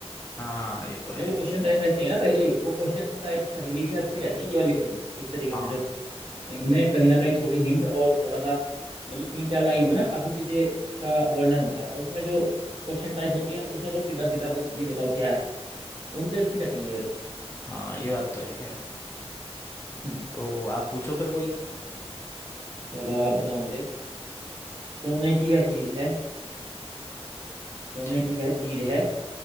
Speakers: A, on the left; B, on the right.
A: हाँ ये तो है
B: जो क्वेश्चन टाइप रहती है ना पहेली वो क्वेश्चन उन टाइप पहेली से अच्छी रहती है ये वाली पहेली इस तरीके
A: हाँ
B: से जो इनमें कहीं ना कहीं थोड़ी हिंट और थोड़ा सा मतलब तीन चार लाइन में ना काफी चीजें का वर्णन होता है और उसमें जो क्वेश्चन टाइप होती है उसमें बस सीधा सीधा बस ये बताओ क्या है उनसे अच्छी रहती है ये वाली
A: हाँ ये बात तो है खैर
B: हम्म
A: तो आप पूछो फिर कोई
B: चलो आप बताओ मुझे सोने की वह चीज है सोने
A: ठीक
B: की वह चीज है